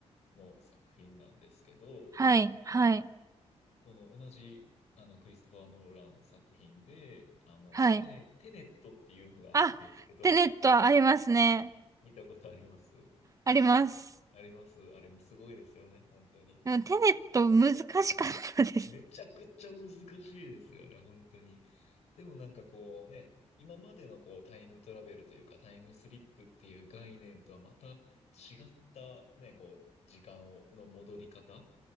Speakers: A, on the left (about 75°); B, on the right (about 30°).
A: の作品なんですけど、
B: はい、はい、
A: この同じ、あの、クリストファー・ノーラン作品で、あの、
B: はい。
A: テネ、テネットっていうのがあるんですけど、
B: あ、テネットはありますね。
A: 見たことあります
B: あります。
A: ありますあれもすごいですよね、本当に。
B: でもテネット難しかったです。
A: めちゃくちゃ難しいですよね、本当に。でもなんかこうね、今までのこうタイムトラベルというかタイムスリップっていう概念とはまた違ったね、こう時間を、の戻り方